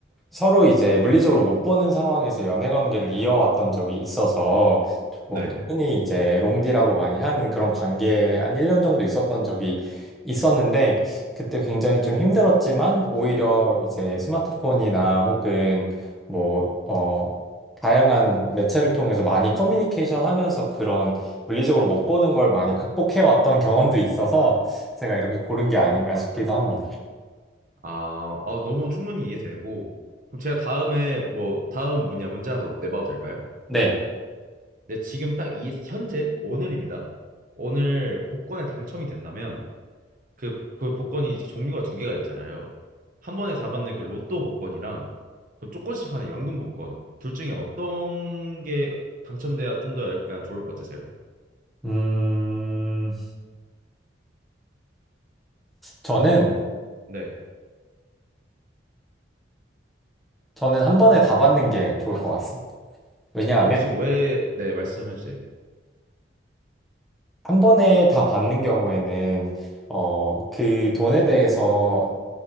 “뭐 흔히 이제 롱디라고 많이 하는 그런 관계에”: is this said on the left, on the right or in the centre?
Centre